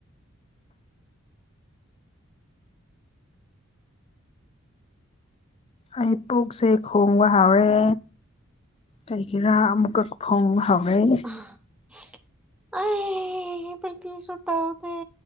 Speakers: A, on the left (about 30°); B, in the centre.
A: ꯑꯩ ꯄꯨꯛꯁꯦ ꯈꯣꯡꯕ ꯍꯥꯎꯔꯦ꯫ ꯀꯔꯤꯒꯤꯔꯥ ꯑꯃꯨꯛꯀꯛ ꯐꯣꯡ ꯍꯧꯥꯎꯋꯦ꯫
B: <unintelligible> ꯄ꯭ꯔꯤꯟꯇꯤꯁꯨ ꯇꯧꯗꯦ